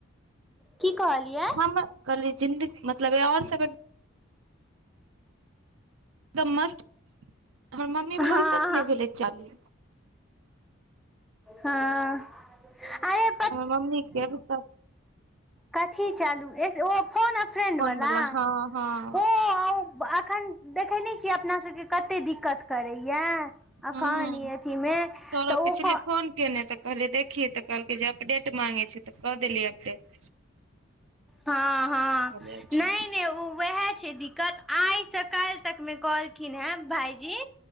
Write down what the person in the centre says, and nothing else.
की कहलियै
हँ
हँ आ ये
कथी चलूएह ओ फोन फ्रेंड वला
ओ अखन देखैने छियै अपना सबके कतेक दिक्कत करैए अखन
इ अथिमे
तऽ
ओ
हँ हँ
नहि नहि ओ वएह छै दिक आइ सकाइल तक मे कहलखिन हे भाईजी